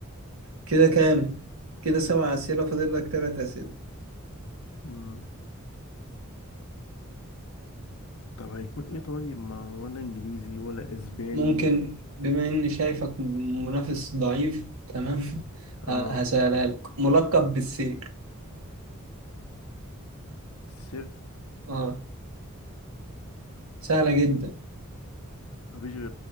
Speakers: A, on the right; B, on the left.
A: كده كام كده سبع اسئله فاضل لك ثلاث اسئله
B: مم. طب هيكون إيه طيب ما هو ولا إنجليزي ولا أسباني
A: ممكن بما اني شايفك منافس ضعيف تمام <laughs>
B: آه
A: ه- هسألها لك ملقب بالسير
B: السر
A: اه سهله جدا
B: مفيش غير